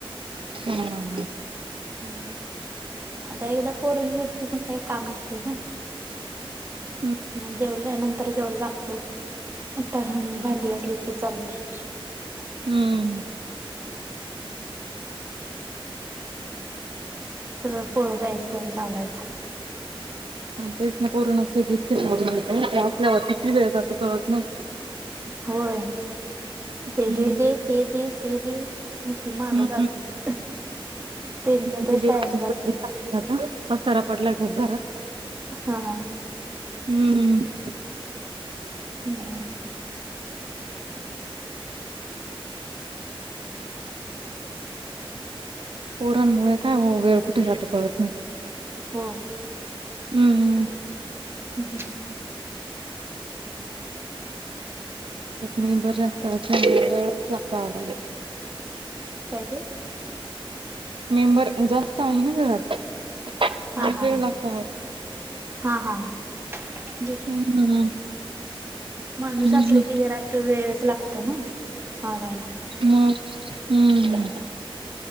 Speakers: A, on the right (about 65°); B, on the right (about 25°).
A: हम्म, हम्म.
B: हम्म आता एकदा पोर गेली की कि मग काय काम नसतय नी
A: हम्म
B: मग जेवल्या नंतर तेवढचं आपल आता ह भांडी घासलीत की चालतय.
A: हम्म,
B: बर. सगळं पोर जाईस्तवरच आवरायचं.
A: हा तेच ना, पोर नसले कि किती वाजले कळत नाहि. असल्यावर किती वेळ जातो कळत नाही.
B: व्हय,
A: हम्म
B: ते हे दे, ते दे, ते दे. नुसती मागच
A: हम्म
B: असतेत. त्यांच्यातच
A: आमची जेवची
B: टाइम जातोय
A: गर्दी चांगली आता. पसारा पडलाय खुप घरात.
B: हा हा.
A: हुं. हू.
B: हू हू.
A: पोरांमुळे काय हो, वेळ कुठे जातो कळत नाही.
B: हो.
A: हुं.
B: हू हू.
A: त्यात मेंबर जास्त असले कि, वेळच लागतो आवरायला.
B: काय ते?
A: मेंबर जास्त आहे ना घरात.
B: हा
A: मग
B: हा.
A: वेळ लागतो आव
B: हा हा. <inaudible>
A: हम्म
B: माणूस
A: हम्म
B: असल की, जरा वेळच लागत ना आवरायला.
A: मग हुं.